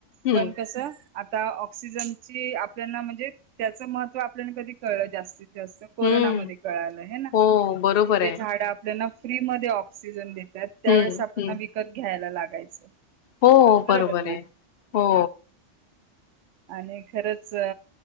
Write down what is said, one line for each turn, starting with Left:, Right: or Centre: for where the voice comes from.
Left: हं,
Right: पण कसं आता ऑक्सिजनची आपल्याना म्हणजे त्याचं महत्त्व आपल्याला कधी कळलं जास्तीत जास्त कोरोनामध्ये
Left: हं.
Right: कळालं हे ना
Left: हो, बरोबर
Right: की जे
Left: आहे.
Right: झाड आपल्याला फ्रीमध्ये ऑक्सिजन देतात त्यावेेळेस
Left: हं,
Right: आपल्याला
Left: हं.
Right: विकत घ्यायला लागायचं
Left: हो,
Right: बरोबर ना
Left: आहे. हो
Right: आणि खरंच